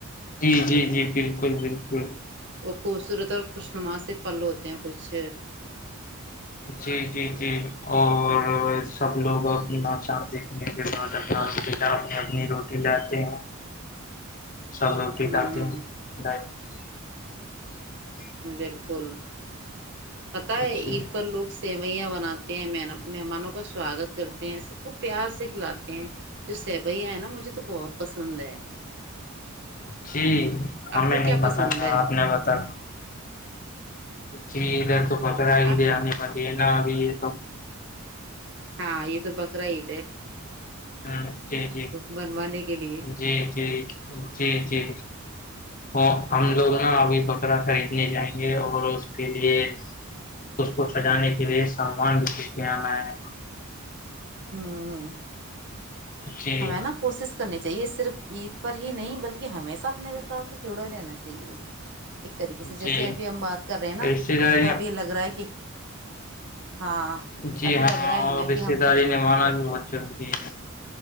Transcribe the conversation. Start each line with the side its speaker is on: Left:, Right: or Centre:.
Left: جی جی جی بالکل بالکل
Right: وہ خوبصورت اور خوشنما سے پل ہوتے ہیں کچھ
Left: جی جی جی اور سب لوگ اپنی ناچان دیکھنے کے بعد اپنا روٹی اپنی اپنی روٹی لے ہیں سب روٹی
Right: ہوں
Left: ڈالتے ہیں <unintelligible>
Right: بالکل پتاہ ہے
Left: جی
Right: عید پر لوگ سیوئیاں بناتے ہیں مہمانوں کا سواگت کرتے ہیں سب کو پیار سے کھلاتے ہیں جو سیبھیا ہے نا مجھے تو بہت پسند ہے
Left: جی ہمیں
Right: آپ کو
Left: نہیں
Right: کیا پسند
Left: بتا تھا
Right: ہے
Left: آپ نے بتا پچ ادھر تو پکڑاائی
Right: آپ
Left: دیا پ دے نہ بھی کتا
Right: ہاں یہ تو بکراے
Left: ہاں جی جی
Right: بنوانے کے لیے
Left: جی جی جی جی تو ہم لوگ نا ابھی بکرا خریدنے جائیں گے اور اس کے لیے اس کو سجانے کے لیے سامان بھیج کے آنا ہے
Right: ہوں
Left: جی
Right: ہمیں نا کوشش کرنے کی چاہیے صرف عید پر ہی نہیں بلکہ ہمیشہ اپنے سے جڑا رہنا چاہیے ایک طریقے سے جیسے
Left: جی
Right: ابھی ہم بات کر رہے ہیں نا
Left: رشتے داری
Right: تو ابھی لگ رہا ہے کہ ہاں
Left: جی
Right: ابھی
Left: ہاں
Right: لگ رہا ہے ہمیں
Left: اور رشتے
Right: کہ ہم
Left: داری
Right: تو
Left: نے مانا
Right: ہاں
Left: بھی بہت چلتی ہے